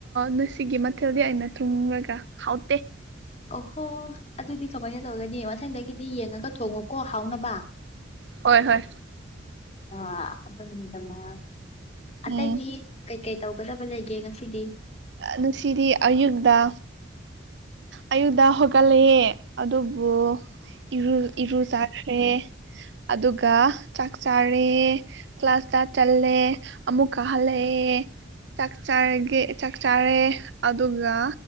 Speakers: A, on the right; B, on the left.
A: ꯉꯁꯤꯒꯤ ꯃꯊꯦꯜꯗꯤ ꯑꯩꯅ ꯊꯨꯡꯈꯒ ꯍꯥꯎꯗꯦ
B: ꯑꯣꯍꯣ ꯑꯗꯨꯗꯤ ꯀꯃꯥꯏꯅ ꯇꯧꯒꯅꯤ ꯃꯊꯪꯗꯒꯤꯗꯤ ꯌꯦꯡꯉꯒ ꯊꯣꯡꯉꯨꯀꯣ ꯍꯥꯎꯅꯕ
A: ꯍꯣꯏ ꯍꯣꯏ
B: ꯑ ꯑꯗꯨ ꯅꯨꯃꯤꯠꯇ ꯃꯥ
A: ꯎꯝ
B: ꯑꯇꯩꯗꯤ ꯀꯩ ꯀꯩ ꯇꯧꯒꯗꯕ ꯂꯩꯒꯦ ꯉꯁꯤꯗꯤ
A: ꯉꯁꯤꯗꯤ ꯑꯌꯨꯛꯇ ꯑꯌꯨꯛꯇ ꯍꯧꯒꯠꯂ‌ꯦ ꯑꯗꯨꯕꯨ ꯏꯔꯨ ꯏꯔꯨꯖꯈ꯭ꯔꯦ ꯑꯗꯨꯒ ꯆꯥꯛ ꯆꯥꯔꯦ ꯀ꯭ꯂꯥꯁꯇ ꯆꯜꯂꯦ ꯑꯃꯨꯛ ꯀꯥ ꯍꯜꯂꯛꯑꯦ ꯆꯥꯛ ꯆꯥꯔꯒ‌ꯦ ꯆꯥꯔꯦ ꯑꯗꯨꯒ